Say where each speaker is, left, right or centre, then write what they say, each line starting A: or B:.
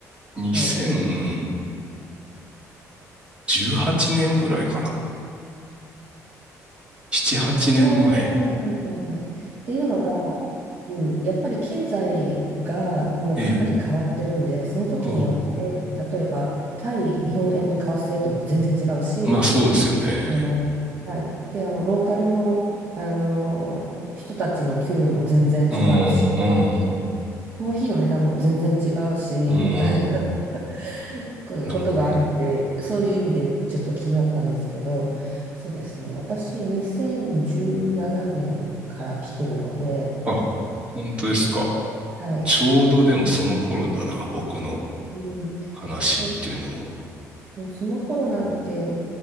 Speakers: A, on the right (about 20°); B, on the right (about 45°).
A: 2018
B: そう。
A: 年ぐらいかな。7、8年前。
B: おあ、はいはいはいはい。っていうのが、うん、やっぱり経済がもうかなり変わってるんで、
A: ええ、
B: その時によって、
A: あ
B: 例えば、対日本円の為替レートも全然違うし、
A: あまあそうですよね。
B: あの、はい。で、あの、ローカルの、あの、人たちの給与も全然違うし、
A: うん、うん、
B: コーヒーの値段も全然違うし、
A: うん。
B: みたいな <laughs> こことがあるんで、
A: なるほど。
B: そういう意味でちょっと気になったんですけど、そうですね。私、2017年から来てるので、
A: あ、本当ですか。
B: はい。
A: ちょうどでもその頃だな、僕の
B: うん。
A: 話っていうのも。
B: で、もうその頃なんて、